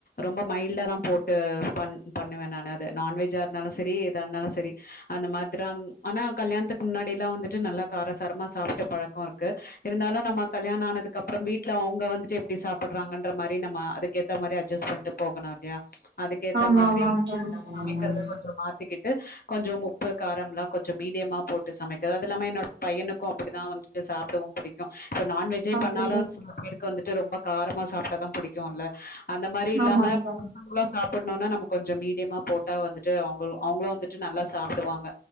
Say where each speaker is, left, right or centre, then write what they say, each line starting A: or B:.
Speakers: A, on the left; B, on the right.
A: ரொம்ப மைல்டா தா போட்டு பண் பண்ணுவேன நானு அது நான்வெஜ்ஜா இருந்தாலு சரி எதா இருந்தாலு சரி அந்த மாத்ரம் ஆனா கல்யாணத்துக்கு முன்னாடி எல்லா வந்துட்டு நல்லா காரசாரமா சாப்ட்டு பழக்கம் இருக்கு இருந்தாலு நம்ம கல்யாணம் ஆனதுக்கப்றோ வீட்ல அவுங்க வந்துட்டு எப்டி சாப்பட்றாங்கன்ற மாறி நம்ப அதுக்கு ஏத்த மாறி அட்ஜெஸ் பண்ட்டு போகணு இல்லயா அதுக்கேத்த
B: ஆமா
A: மாதிரி
B: ஆமாங் தோழி
A: சமைக்கிறத கொஞ்சோ மாத் திகிட்டு கொஞ்சோ உப்பு காரம் எல்லா கொஞ்சோ மீடியமா போட்டு சமைக்கறது அது இல்லாம என்னோட பையனுக்கு அப்படிதா வந்து சாப்பிடவு புடிக்கும் இப்ப நான்வெஜ் ஜே
B: அப்டியா
A: பண்ணாலு சில பேருக்கு வந்துட்டு ரொம்ப காரமா சாப்ட்டாதா புடிக்குல்ல அந்த மாறி இல்லாம
B: ஆமாங் தோழி
A: ஃபுல்லா சாப்பிட்ணுன்னா நம்ம கொஞ்சோ மீடியமா போட்டா வந்துட்டு அவுங்க அவுங்களும் வந்துட்டு நல்லா சாப்டுவாங்க